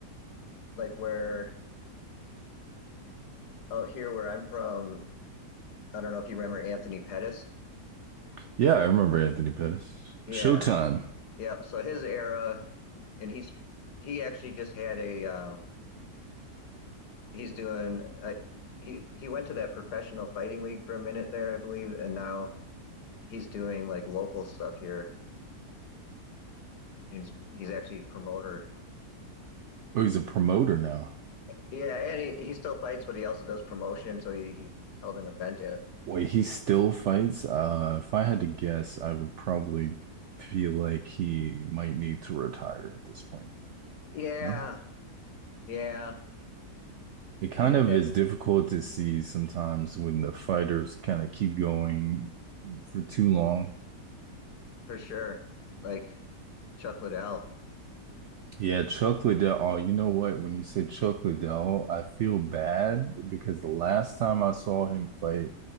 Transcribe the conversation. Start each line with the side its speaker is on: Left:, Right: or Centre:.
Left: like where out here where I'm from, I don't know if you remember Anthony Pettis.
Right: Yeah, I remember Anthony Pettis.
Left: Yeah,
Right: Showtime.
Left: yeah. So his era, and he's he actually just had a um, he's doing uh, he he went to that professional fighting league for a minute there, I believe, and now he's doing like local stuff here. He's he's actually a promoter.
Right: Oh, he's a promoter now.
Left: Yeah, and he, he still fights, but he also does promotion. So he, he held an event at it.
Right: Wait, he still fights? Uh, if I had to guess, I would probably feel like he might need to retire at this point.
Left: Yeah,
Right: No?
Left: yeah,
Right: It kind
Left: I think
Right: of
Left: that
Right: is difficult to see sometimes when the fighters kind of keep going for too long.
Left: for sure. Like Chuck Liddell.
Right: Yeah, chocolate Del. Oh, you know what? When you say chocolate Del, I feel bad because the last time I saw him fight,